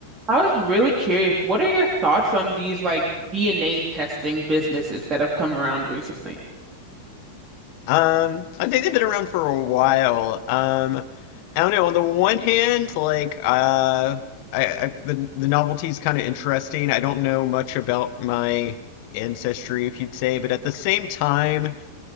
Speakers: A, on the right; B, on the left.
A: I was really curious. What are your thoughts on these like DNA testing businesses that have come around recently?
B: Um, I think they've been around for a while. Um, I don't know. On the one hand, like, uh, I, I the the novelty is kind of interesting. I don't know much about my ancestry, if you'd say, but at the same time,